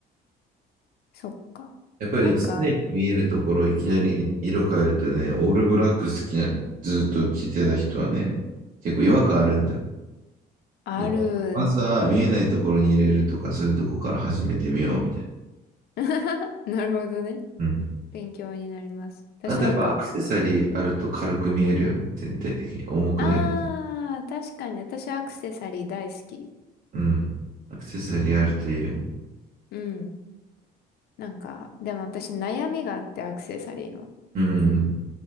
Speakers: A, on the left (about 70°); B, on the right (about 50°).
A: そっか。
B: やっぱり常に見えるところ、
A: なんか、
B: いきなり色変えるとね、オールブラック好きな、ずっと着てた人はね、結構違和感あるんだよ。
A: ある。
B: だから、まずは見えないところに入れるとか、そういうとこから始めてみようみたい
A: <laughs> なるほどね。
B: な。うん。
A: 勉強になります。私なんか、
B: あとやっぱアクセサリーあると軽く見えるよね。全体的に。重くなる。
A: ああ、確かに私アクセサリー大好き。
B: うん。アクセサリーあるといいよね。
A: うん。なんか、でも私悩みがあってアクセサリーの。
B: うん。